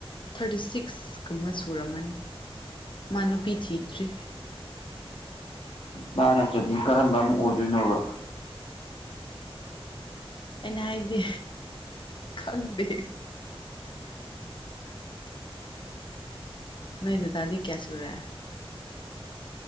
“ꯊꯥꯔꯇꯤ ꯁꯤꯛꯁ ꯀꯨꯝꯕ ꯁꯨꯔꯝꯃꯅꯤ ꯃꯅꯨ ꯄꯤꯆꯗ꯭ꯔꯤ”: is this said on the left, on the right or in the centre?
Left